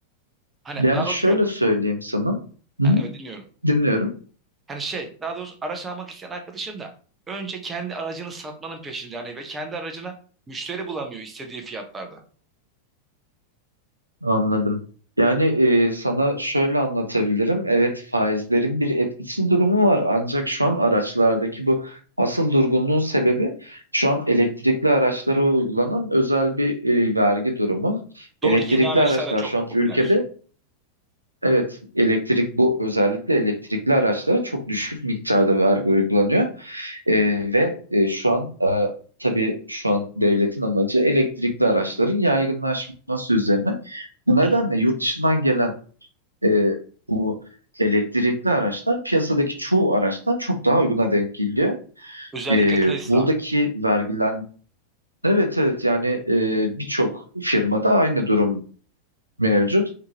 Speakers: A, on the right; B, on the right.
A: Hani
B: Yani
A: daha doğrusu
B: şöyle
A: şöyle.
B: söyleyeyim sana. Hı
A: Ha,
B: hı.
A: evet dinliyorum.
B: Dinliyorum.
A: Hani şey daha doğrusu araç almak isteyen arkadaşım da önce kendi aracını satmanın peşinde hani ve kendi aracına müşteri bulamıyor istediği fiyatlarda.
B: Anladım. Yani e, sana şöyle anlatabilirim. Evet faizlerin bir etkisi durumu var. Ancak şu an araçlardaki bu asıl durgunluğun sebebi şu an elektrikli araçlara uygulanan özel bir e, vergi durumu.
A: Doğru
B: Elektrikli
A: yeni araçlar
B: araçlar
A: da çok
B: şu an
A: popüler.
B: ülkede evet elektrik bu özellikle elektrikli araçlara çok düşük miktarda vergi uygulanıyor. Ee, ve e, şu an e, tabii şu an devletin amacı elektrikli araçların yaygınlaşması üzerine. Bu
A: Hı
B: nedenle
A: hı.
B: yurt dışından gelen e, bu elektrikli araçlar piyasadaki çoğu araçtan çok daha uyguna denk geliyor.
A: Özellikle
B: E,
A: Tesla.
B: buradaki vergilen Evet evet yani e, birçok firmada aynı durum mevcut.